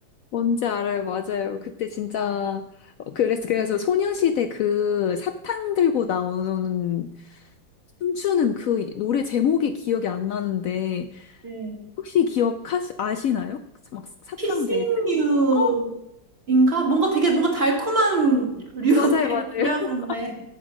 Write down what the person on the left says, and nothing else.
뭔지 알아요. 맞아요. 그때 진짜 어, 그래서 그래서 소녀시대 그 사탕 들고 나오는 춤추는 그 노래 제목이 기억이 안 나는데
혹시 기억하시 아시나요? 막 사탕
되게 큰 어,
맞아요.
맞아요.